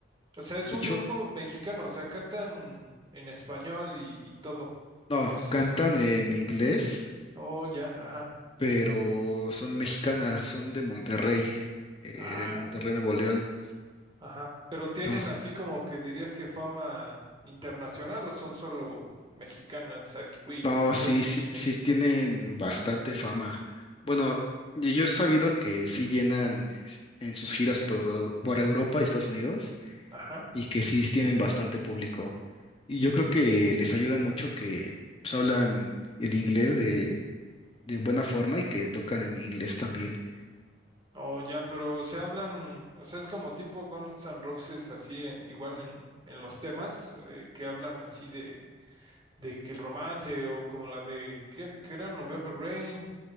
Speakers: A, on the right (about 25°); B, on the left (about 30°).
A: O sea, es
B: De
A: un
B: hecho,
A: grupo mexicano, o sea, cantan en español y, y todo.
B: no,
A: O sí.
B: cantan en inglés,
A: Oh, ya, ajá.
B: pero son mexicanas, son de Monterrey, eh,
A: Ah,
B: de Monterrey, Nuevo León.
A: ajá. Pero tienen
B: Entonces,
A: así como que dirías que fama internacional o son solo mexicanas aquí, uy,
B: no,
A: conocidas
B: sí,
A: así
B: sí,
A: en
B: sí
A: México.
B: tienen bastante fama. Bueno, y yo he sabido que sí llenan es- en sus giras por, Eu- por Europa y Estados Unidos.
A: Ajá.
B: y que sí tienen bastante público. Y yo creo que les ayuda mucho que pues, hablan el inglés de, de buena forma y que tocan en inglés también.
A: Oh, ya, pero se hablan, o sea, es como tipo Guns N' Roses así, en, igual en, en los temas eh, que hablan así de, de que el romance o como la de, que era? November Rain?